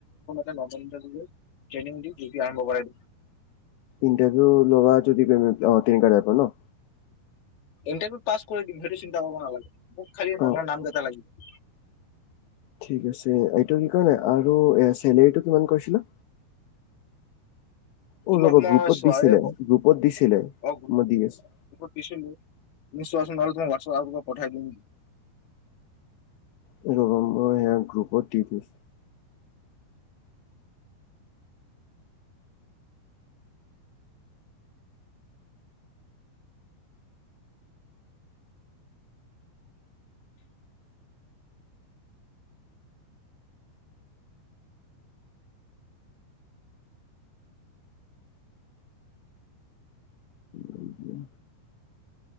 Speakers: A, on the left; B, on the left.
A: খালাৰউ <inaudible>
B: ইণ্টাৰভিউ লগোৱা যদিম অ, নেকুৱা টাইপৰ ন।
A: ইণ্টাৰভিউত পাছ কৰি দিম সেইটো চিন্তা কৰিব নালাগে। মোক খালি মানুহৰ
B: অ
A: নাম কেইটা লাগিব।
B: ঠিক আছে এইটো কি কয়নে আৰু চেলেৰীটো কিমান কৈছিলো। অ
A: তোমাক
B: ৰ'বা
A: মই
B: গ্ৰুপত
A: চোৱায়ে
B: দিছিলে
A: হ
B: গ্ৰুপত দিছিলে
A: অ,
B: মই দি আছো
A: দিছিলো। নিশ্চ আ নহ তইমোৱাটছএ আ পঠাই দিম।
B: <unintelligible> সেয়া গ্ৰুপৰ টিৰিছ। উ।